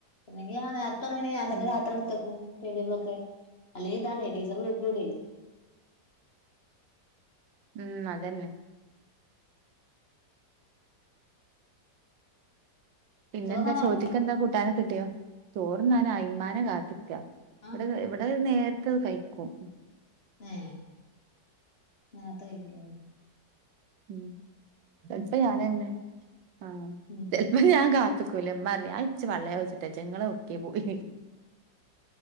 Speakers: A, on the left (about 35°); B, on the right (about 85°).
A: അല്ലെങ്കി നേരത്തെ ഒറങ്ങി ഞാൻ തന്നെ
B: ഉം
A: രാത്രി എടുത്ത ക്കും ടൈം ടേബളൊക്കെ അല്ലെങ്കി ഇതാണേ ടീച്ചറ് ഗ്രുപ്പിലിടുവേ
B: ഉം അതന്നെ. പിന്നെന്താ
A: ചോറിനാനായോ
B: ചോറ്റക്ക് എന്താ കൂട്ടാന കിട്ടിയോ? ചോർന്നാനായി ഉമ്മാനെ കാത്തിക്ക.
A: ആഹ്
B: ഇവിടെ ഇവിടെ നേരത്തെ അത് കഴിക്കും.
A: ഏ നേരെത്തെ കഴിക്കും ലെ?
B: ഉം ചെലപ്പോ ഞാനെന്നെ ആ
A: ഉം
B: ചെലപ്പോ ഞാൻ കാത്ത് കൂല ഇമ്മ പറയും ഞാൻ ഇച്ചു പള്ള പയ്ച്ചിട്ട് വജ്ജ ഇങ്ങള്എവടക്കെ പോയി